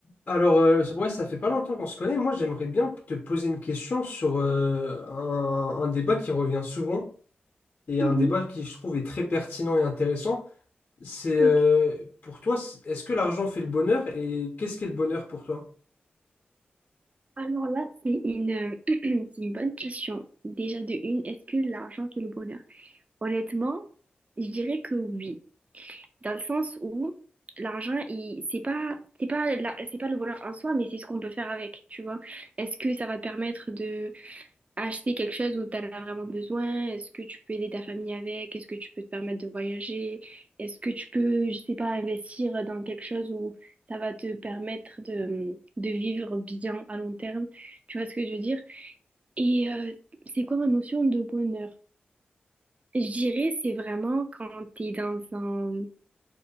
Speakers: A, on the left (about 45°); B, on the right (about 35°).
A: Alors, euh, ouais, ça fait pas longtemps qu'on se connaît. Moi, j'aimerais bien te poser une question sur euh, un, un débat qui revient souvent et
B: Mhm,
A: un débat qui, je trouve, est très pertinent et intéressant. C'est euh,
B: ok.
A: pour toi, c- est-ce que l'argent fait le bonheur et qu'est-ce qu'est le bonheur pour toi?
B: Alors là, c'est une, euh, <clears throat> c'est une bonne question. Déjà de une, est-ce que l'argent fait le bonheur? Honnêtement, je dirais que oui, dans le sens où l'argent, il, c'est pas, c'est pas, la- c'est pas le bonheur en soi, mais c'est ce qu'on peut faire avec, tu vois. Est-ce que ça va te permettre de acheter quelque chose où tu en as vraiment besoin? Est-ce que tu peux aider ta famille avec? Est-ce que tu peux te permettre de voyager? Est-ce que tu peux, je sais pas, investir dans quelque chose où ça va te permettre de, de vivre bien à long terme? Tu vois ce que je veux dire? Et euh, c'est quoi ma notion de bonheur? Je dirais, c'est vraiment quand tu es dans un,